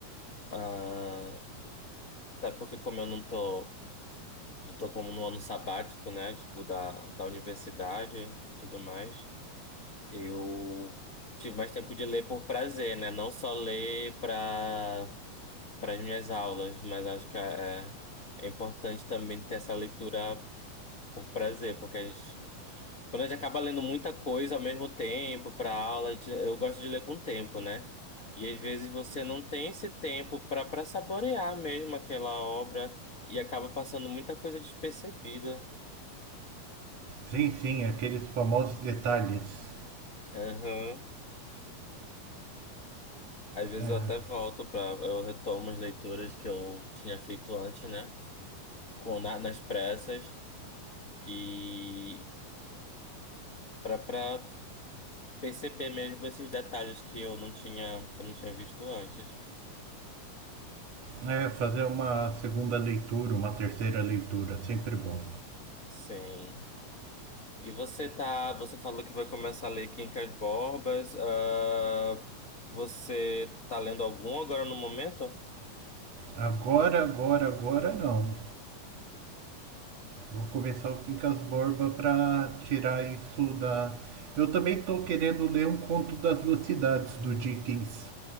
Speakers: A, on the left (about 80°); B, on the right (about 55°).
A: Ah, até porque como eu não tô, não tô como no ano sabático, né? Tipo, da, da universidade, e tudo mais. Eu tive mais tempo de ler por prazer, né? Não só ler para para as minhas aulas, mas acho que é, é importante também ter essa leitura por prazer, porque as- quando a gente acaba lendo muita coisa ao mesmo tempo para aula, a gente- eu gosto de ler com tempo, né? E às vezes você não tem esse tempo para para saborear mesmo aquela obra e acaba passando muita coisa despercebida.
B: Sim, sim, aqueles famosos detalhes.
A: Aham. Às vezes
B: É,
A: eu até volto para eu retomo as leituras que eu tinha feito antes, né? Com na- nas pressas e para para perceber mesmo esses detalhes que eu não tinha que eu não tinha visto antes.
B: é, fazer uma segunda leitura, uma terceira leitura, sempre bom.
A: Sim. E você tá, você falou que vai começar a ler Quincas Borbas. ah, você tá lendo algum agora no momento?
B: Agora, agora, agora não. Vou começar o Quincas Borba para tirar isso da. Eu também estou querendo ler um conto das duas cidades do Dickens,